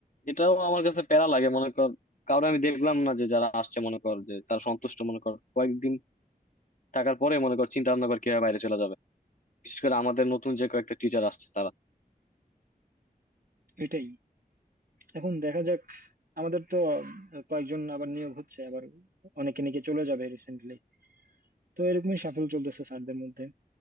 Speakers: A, on the left; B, on the right.
A: এটাও আমার কাছে প্যারা লাগে মনে কর কারণ আমি দেখলাম না যে যারা আসছে মনে কর যে তারা সন্তুষ্ট মনে কর কয়েকদিন থাকার পরে মনে কর চিন্তা ভাবনা কর কিভাবে বাইরে চলে যাবে বিশেষ করে আমাদের নতুন যে কয়েকটা টিচার আসছে তারা
B: এটাই এখন দেখা যাক আমাদের তো কয়েকজন আবার নিয়োগ হচ্ছে আবার অনেকে নাকি চলে যাবে রিসেন্টলি তো এরকমই সাফল্য চলতেছে স্যারদের মধ্যে